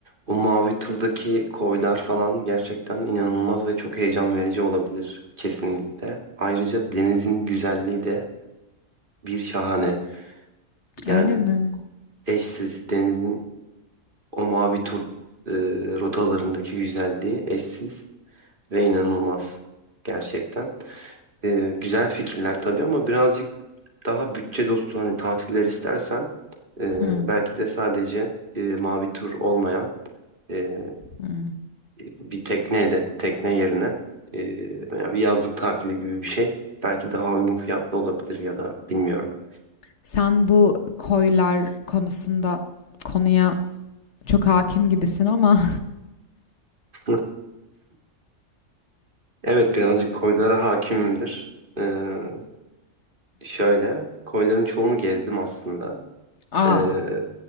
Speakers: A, on the right; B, on the left.
A: O mavi turdaki koylar falan gerçekten inanılmaz ve çok heyecan verici olabilir kesinlikle. Ayrıca denizin güzelliği de bir şahane. Yani
B: Öyle mi?
A: eşsiz denizin o mavi tur e, rotalarındaki güzelliği eşsiz ve inanılmaz gerçekten. Ee, güzel fikirler tabii ama birazcık daha bütçe dostu hani tatiller istersen e,
B: Hmm,
A: belki de sadece e, mavi tur olmayan e,
B: hmm.
A: bir tekneyle tekne yerine e, yani bir yazlık tatili gibi bir şey belki daha uygun fiyatlı olabilir ya da bilmiyorum.
B: Sen bu koylar konusunda konuya çok hakim gibisin ama
A: <laughs> Evet birazcık koylara hakimimdir. Ee, şöyle koyların çoğunu gezdim aslında.
B: <laughs> aa
A: Ee,